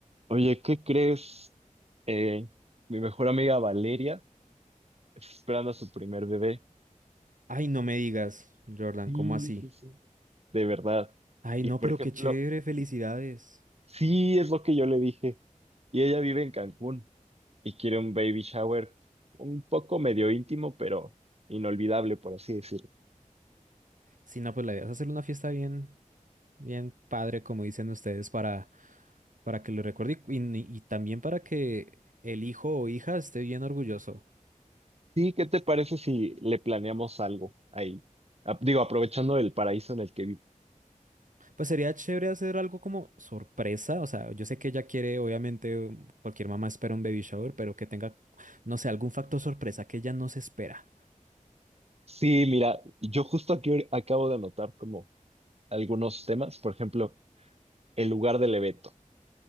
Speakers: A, on the right (about 50°); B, on the right (about 70°).
A: Oye, ¿qué crees? Eh, mi mejor amiga Valeria está esperando a su primer bebé.
B: Ay, no me digas, Jordan,
A: Sí,
B: ¿cómo así?
A: sí, sí. De verdad.
B: Ay,
A: Y
B: no,
A: por
B: pero
A: ejemplo,
B: qué chévere, felicidades.
A: sí es lo que yo le dije. Y ella vive en Cancún y quiere un baby shower un poco medio íntimo, pero inolvidable, por así decirlo.
B: Si no, pues la idea es hacer una fiesta bien, bien padre, como dicen ustedes, para, para que lo recuerde y, y- y también para que el hijo o hija esté bien orgulloso.
A: Sí, ¿qué te parece si le planeamos algo ahí? A- digo, aprovechando el paraíso en el que vive.
B: Pues sería chévere hacer algo como sorpresa, o sea, yo sé que ella quiere, obviamente, um, cualquier mamá espera un baby shower, pero que tenga, no sé, algún factor sorpresa que ella no se espera.
A: Sí, mira, yo justo aquí ahori- acabo de anotar como algunos temas, por ejemplo. El lugar del evento.